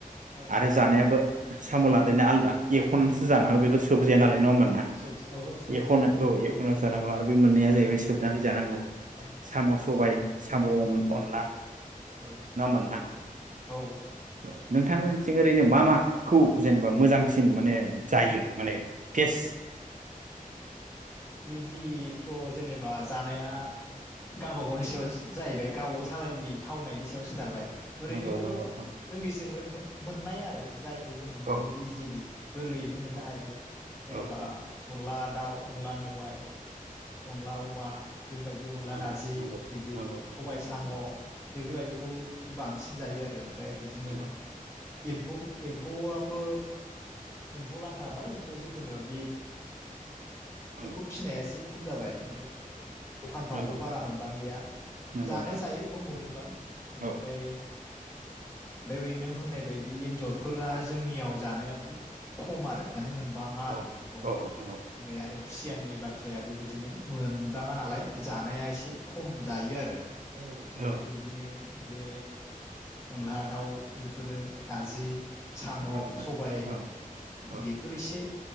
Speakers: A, on the left; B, on the right.
A: औ
B: आरो जानायाबो साम' लादायना आलदा एख'नासो जानांगौ बेथ' सोबजाया नालाय नंङा होनबा नोंथां
A: सोब ओहो सोबजाया
B: एखनो औ एख' एख' ना जानांगौ आरो बबे मोननैया
A: एरख'नानै
B: जाहैबाय सोबनानै जानांगौ
A: जानांगौ
B: साम' सबाय
A: औ
B: साम' अनला
A: औ
B: नङा होमबा नोंथां
A: औ
B: औ नोंथांमोननिथिं ओरैनो मा माखौ जेनेबा मोजांसिन माने जायो माने केस
A: बिदिथ' जेनेबा जानाया गावबा गावनि सायाव जाहैबाय गावबागावनि सालायनि थावनायनि सायाव सोनारबाय ओरैनोथ'
B: नंगौ नंगौ नोंथां
A: जोंनि सिं ओरै मोननाय आरो जाय खौ जोंङो मोननो
B: औ
A: इजिलि गोरलैयैनो मोनो
B: औ
A: हानाय जेनेबा
B: औ औ
A: अनला दाव अनला मेवाइ अनला अमा बेफोरबायदि अनला
B: नंगौ
A: नारजि
B: नंगौ
A: बिदि
B: नंगौ नोंथां
A: सबाय साम'
B: नंगौ
A: बेफोरबायदिखौ बांसिन जायो आरो ओमफ्राय बिदिनो
B: नंगौ
A: एम्फौ एम्फौआबो एम्फौ लाथा बाय एम्फौ जिखुनु बि
B: नंगौ
A: बैखौ फिसिननायासो खम जाबाय ओमफ्राय द'खानफ्रावबो
B: नंगौ नंगौ
A: बारा
B: नोंथां
A: मोनबांलिया
B: नंगौ
A: जानाया
B: नोंथां
A: जायो बेखौ मोनोबा ओमफ्राय
B: औ
A: बेयो नों होननाय बायदि एन्जरफोरा जोंनियाव जानाया बहुद खम आरो माने मोनबाङा आरो
B: औ
A: बेफोरखौ ओमफ्राय
B: औ नोंथां
A: आरो खुसियानि बाथ्राबो बिदि बिदिनो मोन दाङा नालाय जानाया एसे खम जायो आरो ओमफ्राय
B: औ औ
A: बिदिनो बे अनला
B: औ
A: दाउ बेफोरो नारजि साम'
B: औ नोंथां
A: सबाय
B: औ औ
A: बेफोर एसे